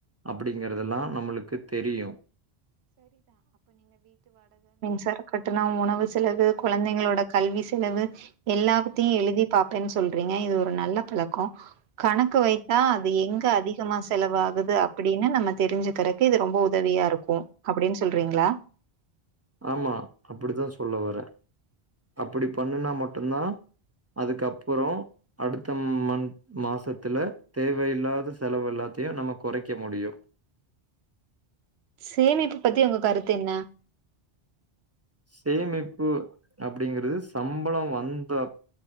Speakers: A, on the right (about 25°); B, on the right (about 80°).
A: அப்படிங்கறதெல்லா நம்மளுக்கு தெரியு.
B: சரக்கட்டணோ உணவு செலவு குழந்தைங்களோட கல்வி செலவு எல்லாவுத்தியு எழுதிப் பாப்பேன்னு சொல்றீங்க இது ஒரு நல்ல பழக்கோ. கணக்கு வைத்தா அது எங்க அதிகமா செலவாகுது அப்படின்னு நம்ம தெரிஞ்சுக்கறக்கு இது ரொம்ப உதவியா இருக்கு அப்டின்னு சொல்றீங்ளா
A: ஆமா அப்படித்தா சொல்ல வரே அப்படி பண்ணுனா மட்டுந்தா அதுக்கப்புறோ அடுத்த மந்த் மாசத்துல தேவையில்லாத செலவு எல்லாத் த்தையு நம்ம கொறைக்க முடியு.
B: சேமிப்பு பத்தி உங்க கருத்து என்ன
A: சேமிப்பு அப்படிங்கறது சம்பளோ வந்தாத்